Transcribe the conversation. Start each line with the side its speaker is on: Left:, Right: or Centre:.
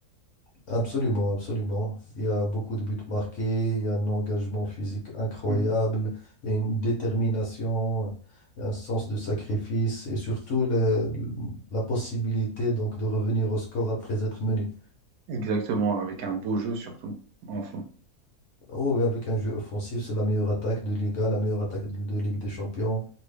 Left: Absolument, absolument. Il y a beaucoup de buts marqués, il y a un engagement physique incroyable,
Right: Hmm.
Left: il y a une détermination, un sens de sacrifice et surtout le- la possibilité donc de revenir au score après être mené.
Right: Exactement, avec un beau jeu surtout, en fond.
Left: Oh, oui, avec un jeu offensif, c'est la meilleure attaque de Liga, la meilleure attaque de, de Ligue des Champions.